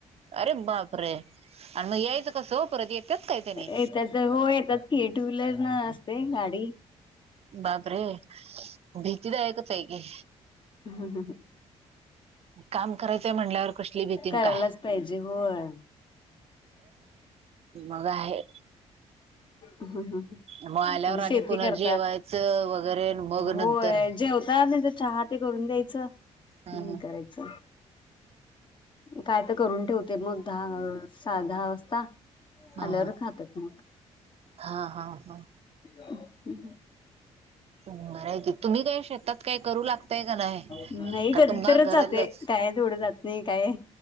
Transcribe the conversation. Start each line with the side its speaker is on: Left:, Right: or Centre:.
Right: अरे बापरे! आणि मग यायच कस हो परत येतच काय त्यानी
Left: येतात हो येतात की, टू व्हीलर न असते गाडी.
Right: बापरे भीतीदायक आहे कि.
Left: हम् हम
Right: काम करायचय म्हणल्यावर कसली भीतीनी
Left: करायलाच
Right: काय?
Left: पाहिजे होय
Right: मजा आहे.
Left: म्हणजे
Right: मग आल्यावर आणि
Left: शेती
Right: पुन्हा
Left: करतात
Right: जेवाय वगैरे मग
Left: होय
Right: नंतर
Left: जेवता नाही तर, चहा ते करून द्यायच. ह्
Right: हम्म
Left: करायच. काय तर करून ठेवते. ते मग दहा स दहा वाजता
Right: हा
Left: आल्यावर
Right: हा
Left: खातात मग.
Right: हा हा हा
Left: ह
Right: बरं आहे की तुम्ही काय शेतात काय करू लागताय का नाही
Left: नाही
Right: का
Left: कधी
Right: तुम्हा
Left: तरच
Right: घरातलंच
Left: जाते काय तेवढ जात नाही काय